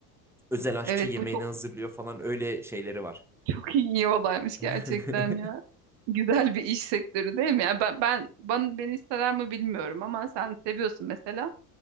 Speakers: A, in the centre; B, on the right.
A: Özel aşçı
B: evet
A: yemeğini
B: bu çok
A: hazırlıyor falan öyle şeyleri var.
B: çok iyi olaymış gerçekten
A: <laughs>
B: ya. Güzel bir iş sektörü değil mi? Yani ben ben bana beni sarar mı bilmiyorum ama sen seviyorsun mesela.